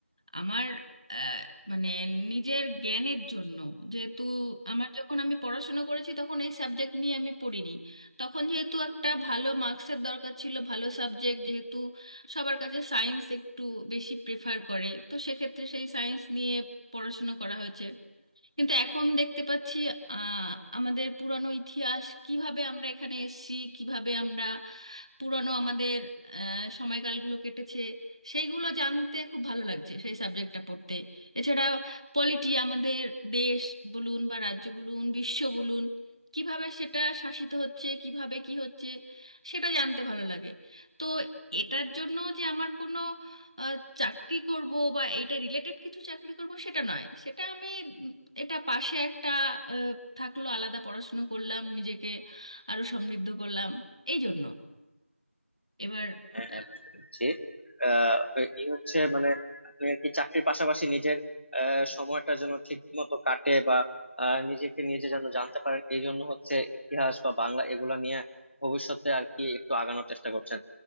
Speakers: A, on the right; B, on the left.
A: আমার আহ, মানে নিজের জ্ঞানের জন্য যেহেতু আমার যখন আমি পড়াশুনো করেছি তখন এই সাবজেক্ট নিয়ে আমি পড়িনি তখন যেহেতু একটা ভালো মার্কসের দরকার ছিল ভালো সাবজেক্ট যেহেতু সবার কাছে সায়েন্স একটু বেশি প্রেফার করে তো সেক্ষেত্রে সেই সায়েন্স নিয়ে পড়াশুনো করা হয়েছে কিন্তু এখন দেখতে পাচ্ছি আহ আমাদের পুরানো ইতিহাস কিভাবে আমরা এখানে এসেছি কিভাবে আমরা পুরানো আমাদের আহ, সময়কালগুলো কেটেছে সেইগুলো জানতে খুব ভালো লাগছে সেই সাবজেক্টটা পড়তে এছাড়া পলিটি আমাদের দেশ বলুন বা রাজ্য বলুন বিশ্ব বলুন কিভাবে সেটা শাসিত হচ্ছে কিভাবে কি হচ্ছে সেটা জানতে ভালো লাগে তো এটার জন্য যে আমার কোনো আহ, চাকরি করব বা এইটা রিলেটেড কিছু চাকরি করব সেটা নয় সেটা আমি এটা পাশে একটা আহ, থাকলো আলাদা পড়াশুনো করলাম নিজেকে আরো সমৃদ্ধ করলাম এই জন্য এবার
B: হ্যাঁ
A: আহ,
B: হ্যাঁ বুঝতে পেরেছি আহ এই হচ্ছে মানে আপনি আর কি চাকরির পাশাপাশি নিজের আহ, সময়টা যেন ঠিক মতো কাটে বা আহ, নিজেকে নিজে যেন জানতে পারেন এই জন্য হচ্ছে ইতিহাস বা বাংলা এগুলা নিয়ে ভবিষ্যতে আর কি একটু আগানোর চেষ্টা করছেন